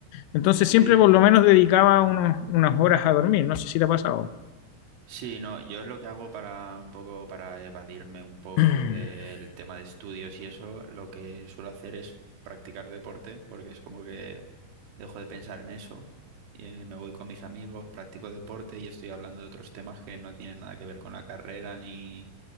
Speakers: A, on the left; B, on the right.
A: Entonces
B: sí,
A: siempre por lo menos dedicaba unos- unas horas a dormir. No sé si te ha pasado.
B: Sí, no, yo lo que hago para un poco, para evadirme un poco
A: <clears throat>
B: del tema de estudios y eso, lo que suelo hacer es practicar deporte, porque es como que dejo de pensar en eso. y, eh, me voy con mis amigos, practico deporte y estoy hablando de otros temas que no tienen nada que ver con la carrera ni,